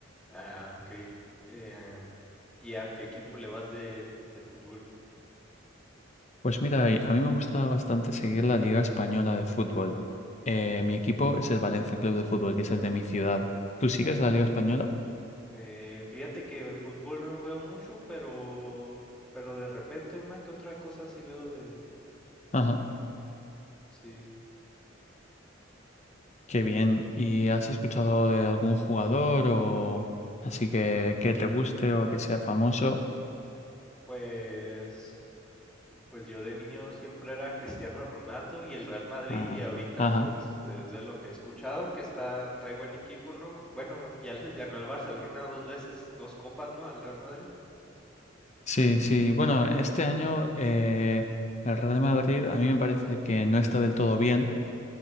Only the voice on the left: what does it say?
pues mira, y a mí me gusta bastante seguir la Liga Española de Fútbol. Eh, mi equipo es el Valencia Club de Fútbol, que es el de mi ciudad. ¿Tú sigues la Liga Española?
Ajá.
Qué bien. ¿Y has escuchado de algún jugador o así que, que te guste o que sea famoso?
Ah,
ajá.
Sí, sí. Bueno, este año eh, el Real Madrid a mí me parece que no está del todo bien